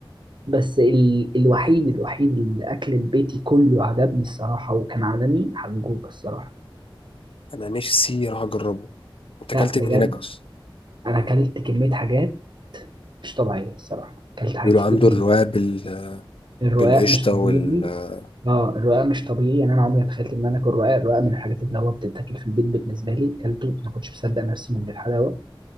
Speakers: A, on the right; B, on the left.
A: بس ال... الوحيد الوحيد اللي اكل البيتي كله عجبني الصراحه وكان عالمي حجوج الصراحه
B: انا نفسي اروح اجربه انت اكلت
A: لا بجد
B: إيه من هناك اصلا
A: انا اكلت كميه حاجات مش طبيعيه الصراحه اكلت حاجات
B: بيقولوا
A: كتير
B: عنده
A: جدا
B: الرواق بال...
A: الرقاق
B: بالقشطة
A: مش طبيعي
B: والرز
A: اه الرقاق مش طبيعي يعني انا عمري ما تخيلت ان انا اكل رقاق الرقاق من الحاجات اللي هو بتتاكل في البيت بالنسبه لي اكلته ما كنتش مصدق نفسي من الحلاوه